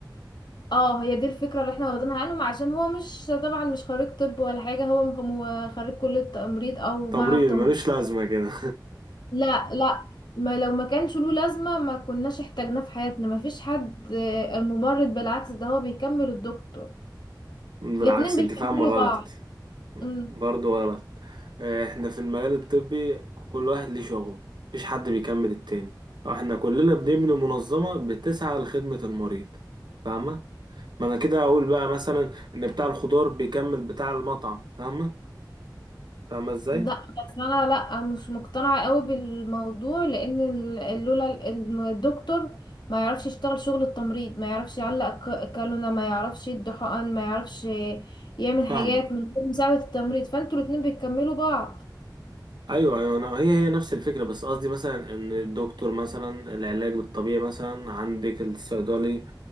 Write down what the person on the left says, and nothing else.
اه هي دي الفكرة اللي احنا واخدينها عنهم عشان هو مش طبعا مش خريج طب ولا حاجة هو م- هو خريج كلية تمريض او
مع التمريض
لا لا ما لو ما كانش له لازمة ما كناش احتاجناه في حياتنا ما فيش حد آه، الممرض بالعكس ده هو بيكمل الدكتور
الاتنين بيكملوا
بعض امم
لا بس انا لا مش مقتنعة قوي بالموضوع لان ال- لولا ال- الم- الدكتور ما يعرفش يشتغل شغل التمريض ما يعرفش يعلق ك- كالونة ما يعرفش يدي حقن ما يعرفش يعمل حاجات
من غير مساعدة التمريض فانتوا الاتنين بيكملوا بعض